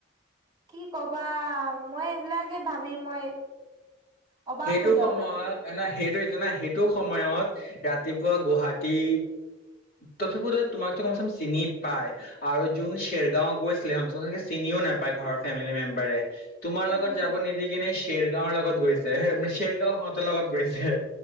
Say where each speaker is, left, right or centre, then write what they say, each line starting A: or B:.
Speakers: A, on the right (about 20°); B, on the left (about 50°).
A: কি কবা মই এইবিলাকে ভাবি মই অবাক
B: সেইটো
A: হৈ যাও
B: সময়ত
A: মানে
B: ন সেইটো সেইটো সময়ত ৰাতিপুৱা গুৱাহাটী পথত তোমাক চোন চিনি পায় আৰু যোন--া খেৰগাঁও গৈছিলে সিহঁত চে চিনিও নাপায় ঘৰৰ ফেমিলি মেম্বাৰে তোমাৰ লগত
A: উম,
B: যাব নিদিকনে চেৰগাঁৱৰ লগত গৈছে সেইানে চেৰগাঁও সহঁতৰ লগত গৈছে